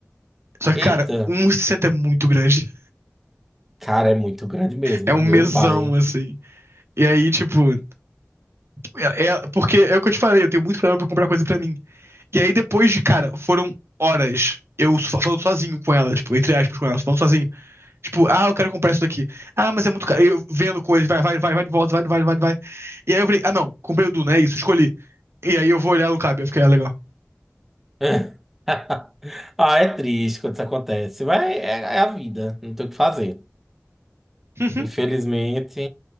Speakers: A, on the right; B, in the centre.
A: Só que,
B: Eita,
A: cara, um e sessenta é muito grande.
B: cara, é muito grande mesmo.
A: É um
B: Meu
A: mesão,
B: pai.
A: assim. E aí, tipo, é, é- porque é o que eu te falei, eu tenho muito problema pra comprar coisa pra mim. E aí depois de, cara, foram horas eu so- falando sozinho com ela, tipo, entre aspas com ela, falando sozinho. Tipo, ah, eu quero comprar isso daqui. Ah, mas é muito caro. Eu vendo coisas, vai, vai, vai, vai, volta, vai, vai, vai, vai. E aí eu falei, ah, não, comprei o Duna, é isso, escolhi. E aí eu vou olhar no cabe, eu fiquei, ah, legal.
B: <laughs> Ah, é triste quando isso acontece. Mas é, é a vida. Não tem o que fazer.
A: Uhum,
B: Infelizmente,